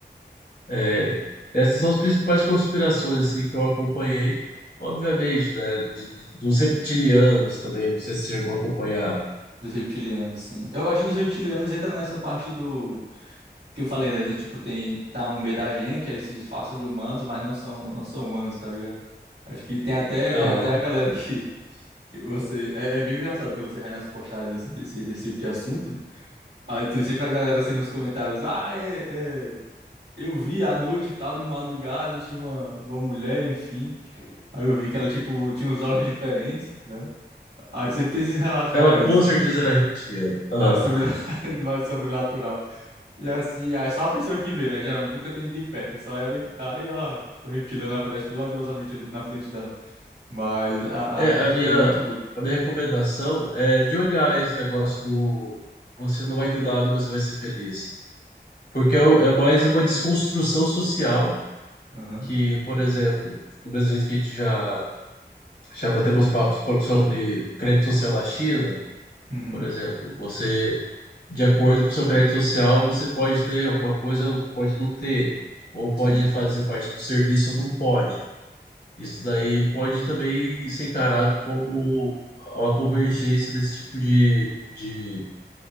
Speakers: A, on the left (about 65°); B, on the right (about 85°).
A: É, essas são as principais conspirações assim que eu acompanhei, obviamente, né? de- de- dos reptilianos também, não sei se você chegou a acompanhar.
B: Dos reptilianos, sim. Eu acho que os reptilianos entra nessa parte do. Que eu falei, né? De tipo, tem. Tá no meio da gente, aí eles se disfarçam de humanos, mas não são, não são humanos, tá ligado? Acho que tem até,
A: Aham.
B: tem até a galera que. que Você, é, é bem engraçado quando você vai nas postagens assim, desse, desse tipo de assunto. né? Aí tem sempre a galera assim nos comentários: Ah, é, é, eu vi à noite e tal, de madrugada, tinha uma, uma mulher, enfim. Aí eu vi que ela, tipo, tinha uns olhos diferentes, né? Aí sempre tem esses relatos mais,
A: Ela com certeza era reptiliana. Aham.
B: mais, sobre, <laughs> mais sobrenatural. E assim, é só uma pessoa que vê, né? Geralmente nunca tem ninguém perto, é só ela que tá e ela, o reptiliano aparece milagrosamente ali na frente dela. Mas a,
A: É,
B: a,
A: a
B: a história
A: minha,
B: é muito louca.
A: a minha recomendação é de olhar esse negócio do você não vai ter nada, você vai ser feliz. Porque é, o- é mais uma desconstrução social
B: Aham,
A: que, por exemplo, do mesmo jeito que a gente já, já batemos papos por- sobre o crédito social da China,
B: uhum,
A: por exemplo, você de acordo com o seu crédito social, você pode ter alguma coisa, ou pode não ter, ou pode
B: sim,
A: fazer parte do serviço ou não pode. Isso daí pode também ser encarado como uma convergência desse tipo de, de,